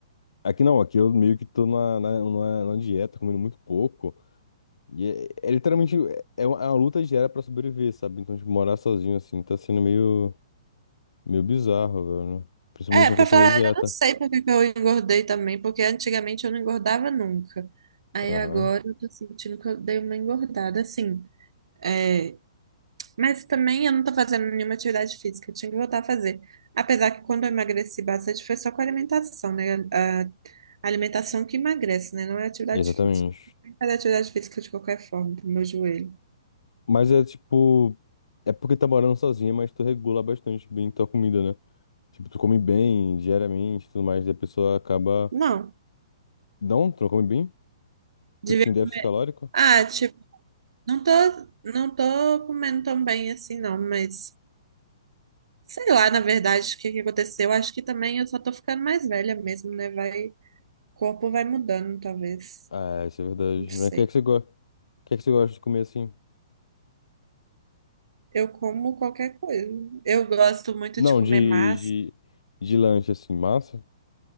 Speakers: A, on the left; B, on the right.
A: aqui não, aqui eu meio que tô na, na, numa- numa dieta, comendo muito pouco. E é, é literalmente, é é uma, é uma luta diária pra sobreviver, sabe? Então, tipo, morar sozinho, assim, tá sendo meio, meio bizarro, velho, né? Principalmente
B: É, pra
A: a questão
B: falar,
A: da
B: a
A: dieta.
B: verdade, eu não sei por que que eu engordei também, porque antigamente eu não engordava nunca. Aí
A: Aham.
B: agora eu tô sentindo que eu dei uma engordada, assim. é, Mas também eu não tô fazendo nenhuma atividade física, eu tinha que voltar a fazer. Apesar que quando eu emagreci bastante foi só com a alimentação, né? A a alimentação que emagrece, né? Não é atividade
A: Exatamente.
B: física. Tem que fazer atividade física de qualquer forma, pro meu joelho.
A: Mas é tipo. É porque tá morando sozinha, mas tu regula bastante bem tua comida, né? Tipo, tu come bem diariamente e tudo mais, daí a pessoa acaba.
B: Não.
A: Não, tu não come bem?
B: Devia...
A: Tu fica em déficit calórico?
B: Ah, tipo, não tô, não tô comendo tão bem assim, não, mas sei lá, na verdade, o que que aconteceu. Acho que também eu só tô ficando mais velha mesmo, né? Vai, o corpo vai mudando, talvez.
A: Ah, isso é verdade.
B: Não sei.
A: Mas o que é que você gosta? O que é que você gosta de comer assim?
B: Eu como qualquer coisa. Eu gosto muito
A: Não,
B: de comer
A: de,
B: massa.
A: de, de lanche assim, massa?